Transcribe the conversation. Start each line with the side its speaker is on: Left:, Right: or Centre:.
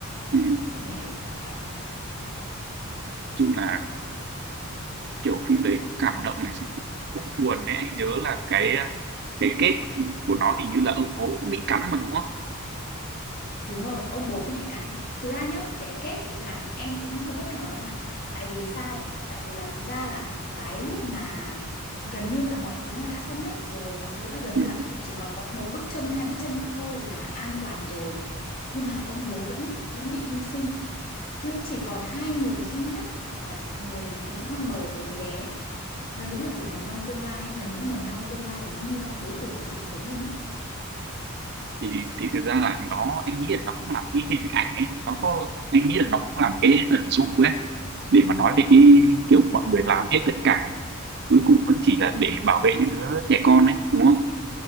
Right: ừ.
Left: hình ảnh đấy đẹp vãi
Right: chung là kiểu phim đấy cũng cảm động này xong cũng, cũng buồn đấy anh nhớ là cái cái kết của nó hình như là ông bố cũng bị cắn mà đúng không
Left: Đúng rồi, ông bố cũng bị cắn. Thực ra nhá, cái kết ý, làm em cũng hơi bất ngờ anh ạ. Tại vì sao? Tại vì là thực ra là cái lúc mà gần như là mọi thứ nó đã xong hết rồi, mọi thứ đã gần
Right: Ừ.
Left: như là chỉ còn có một bước chân, hai bước chân nữa thôi là an toàn rồi. Nhưng mà ông bố vẫn vẫn bị hy sinh. Nó chỉ còn hai người duy nhất là người phụ nữ mang bầu và đứa bé. Nó đúng là kiểu mầm non tương lai ấy, là những mầm non tương lai là những hy vọng cuối cùng của sự sống luôn ý.
Right: thì thì thực ra là nó anh nghĩ là nó cũng là một cái hình ảnh ấy nó có anh nghĩ là nó cũng là một cái ẩn dụ ấy để mà nói về cái kiểu mọi người làm hết tất cả cuối cùng vẫn chỉ là để bảo vệ những đứa trẻ con ấy đúng không